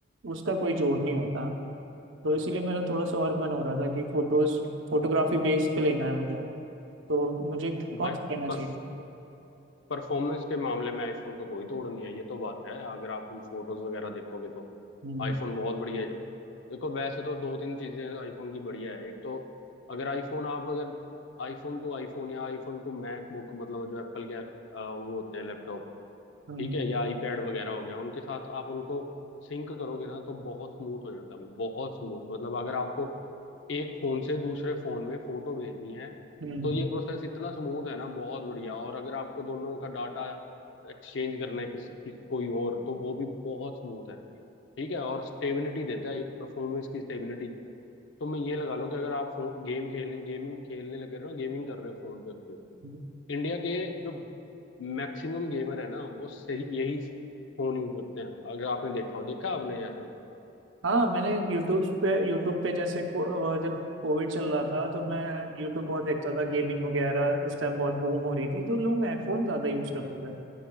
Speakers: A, on the right; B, on the left.
A: उसका कोई जोड़ नहीं होता तो इसीलिए मेरा थोड़ा सा और मन हो रहा था कि फोटोज फोटोग्राफी बेस पे लेना है मुझे तो मुझे कौन
B: भाई
A: सा लेना
B: पर
A: चाहिए
B: परफॉर्मेंस के मामले में आईफोन का कोई तोड़ नहीं है ये तो बात है अगर आप तुम फोटोज वगैरह देखोगे तो
A: हम्म
B: आईफोन बहुत बढ़िया है देखो वैसे तो दो तीन चीजें आईफोन की बढ़िया है एक तो अगर आईफोन आप अगर आईफोन टू आईफोन या आईफोन टू मैकबुक मतलब जो एप्पल के अ, वो होते हैं लैपटॉप
A: हम्म,
B: ठीक है या आईपैड वगैरह हो गया उनके साथ आप उनको सिंक करोगे ना तो बहुत स्मूथ हो जाता है वो, बहुत स्मूथ मतलब अगर आपको एक फोन से दूसरे फोन में फोटो भेजनी है
A: हम्म,
B: तो ये प्रोसेस इतना स्मूथ है ना बहुत बढ़िया और अगर आपको दोनों का डाटा एक्सचेंज करना है किस, किस कोई और तो वो भी बहुत स्मूथ है ठीक है और स्टेबिलिटी देता है परफॉर्मेंस की स्टेबिलिटी तो मैं ये लगा लो कि अगर आप गेम खेल गेमिंग खेलने लगे हो गेमिंग कर रहे हो फोन पे
A: हम्म।
B: इंडिया के जो मैक्सिमम गेमर है ना वो सही यही फोन यूज करते हैं अगर आपने देखा हो देखा आपने ऐसा
A: हाँ मैंने यूट्यूब पे यूट्यूब पे जैसे को- अ, जब कोविड चल रहा था तो मैं यूट्यूब बहुत देखता था गेमिंग वगैरह उस टाइम बहुत बूम हो रही थी तो लोग आईफोन ज़्यादा यूज़ करते थे